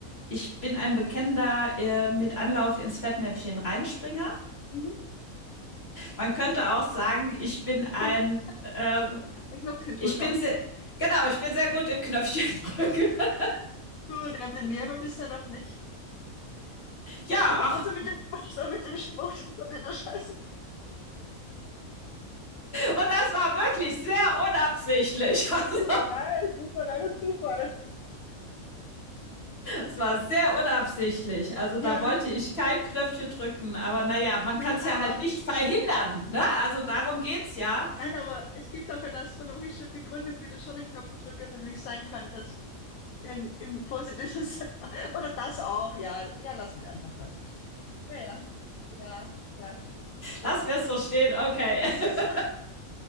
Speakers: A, on the left; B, on the left.
A: ich bin ein bekennender äh, mit Anlauf ins Fettnäpfchen reinspringer.
B: Mhm.
A: Man könnte auch sagen, ich bin
B: <laughs>
A: ein äh,
B: Ein Knopfchendrücker.
A: Ich bin sehr, genau, ich bin sehr gut im Knöpfchen drücken. <laughs>
B: Du, der will mir aber bisher noch nicht.
A: Ja, ach.
B: Außer mit dem, <laughs> mit dem Spruch, dass man den der Scheiße
A: Und das war wirklich sehr unabsichtlich. <laughs> Also,
B: nicht weiß. Das war reiner Zufall.
A: es war sehr unabsichtlich. Also,
B: Ja,
A: da wollte ich kein Knöpfchen drücken. Aber naja, man
B: nein,
A: kann es
B: aber,
A: ja halt nicht verhindern, ne? Also, darum geht's ja.
B: nein, aber es gibt auch eine astrologische Begründung, wie du schon ein Knopfdrücker für mich sein könntest. In, Im positiven Sinne. <laughs> Oder das auch, ja. Ja, lassen wir einfach das. Ja, ja, ja, ja.
A: Lass wir es so stehen. Okay.
B: <laughs>
A: <laughs>
B: Das ist